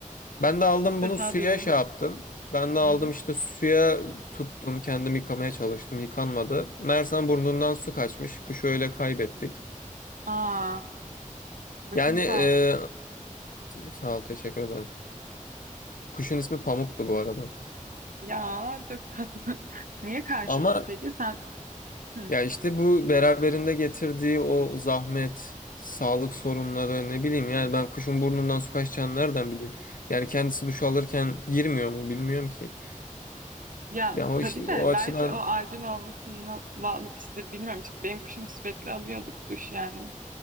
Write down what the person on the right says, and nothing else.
İlk defa
duydum.
Hı hı.
Aa. Başın
sağ olsun.
Ya çok tatlı. <laughs> Niye karşısın
peki? Sen Hı.
Ya
tabii
de
belki o albin olmasına bağlı bir şeydir. Bilmiyorum çünkü benim kuşum sürekli alıyorduk duş yani.